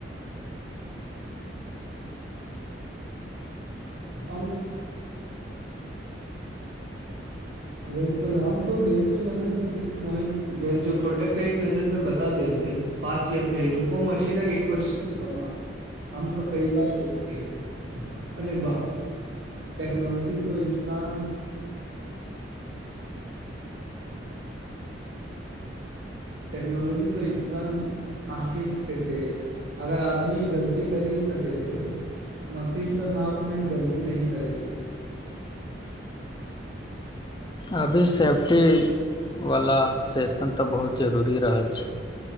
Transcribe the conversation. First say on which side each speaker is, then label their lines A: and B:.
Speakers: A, on the right (about 75°); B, on the left (about 25°).
A: हम। बिलकुल हम तो डिजिटल मशीन मोहित गेल प्रोडक्ट एक नजरमे बता देल छल पास या फेल ओ मशीन एक कमाल हम तो कई बार सोचलियै अरे वाह टेक्नोलॉजी तो इन्सान। टेक्नोलॉजी तो इन्सान आँखि से तेज अगर आदमी गलती करी सकै छैे मशीन तऽ नाप मे गलती नही करै छै।
B: अभी सेफ्टीवला सेशन तऽ बहुत जरूरी रहल छै